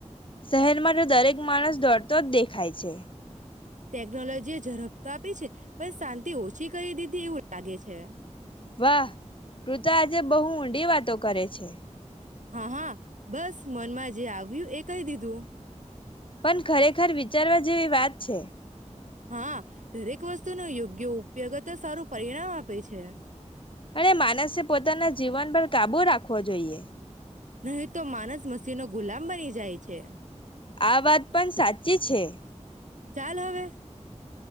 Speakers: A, on the left; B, on the right.
A: શહેર મા તો દરેક માણસ દોરતો જ દેખાય છે
B: ટેકનોલોજી ઝડપ તો આપી છે પણ શાંતિ ઓછી કરી દીધી એવું લાગે છે.
A: વાહ તું તો આજે બહુ ઊંડી વાતો કરે છે.
B: હા હા બસ મનમાં જે આવ. આવ્યું એ કહી દીધું.
A: પણ ખરેખર વિચારવા જેવી વાત છે.
B: હા દરેક વસ્તુ ન યોગ્ય. ઉપયોગ તો સારું પરિણામ આપે છે.
A: અને માનસે પોતાના જીવન પર કાબુ રાખવો જોઈએ.
B: નહી તો માનસ મસ નો ગુલામ બની જાય છે.
A: આ વાત પણ સાચી છે.
B: ચાલ હવે.